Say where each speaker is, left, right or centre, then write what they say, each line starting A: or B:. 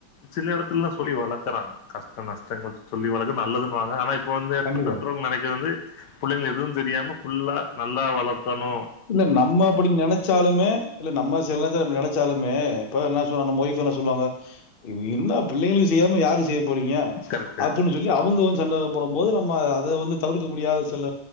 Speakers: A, on the left; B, on the left.
A: சில இடத்துலல்லா சொல்லி வளக்குறாங்க கஷ்ட நஷ்டங்கள் சொல்லி வளக்குது நல்லதுன்னுவாங்க ஆனா ப் இப்போ வந்து
B: கண்டிப்பா.
A: பெற்றோர்கள் நெனைக்கிறது வந்து பிள்ளைங்கள எதுவு தெரியாம ஃபுல்லா நல்லா வளக்கணு
B: இல்ல நம்ம அப்படி நெனை ச்சாலுமே இல்ல நம்ம சிலது நெனைச்சாலுமே இப்ப என்ன சொன்னா நம்ம ஒய்ஃப் என்ன சொல்லுவாங்க இவ என்ன பிள்ளைகளுக்கு செய்யாம யாருக் செய்யப் போறீங்க
A: கரெக்ட்டு.
B: அப்டின்னு சொல்லி அவுங்க ஒரு சண்டைய போடம்போது நம்ம அத வந்து தவிர்க்க முடியாத சில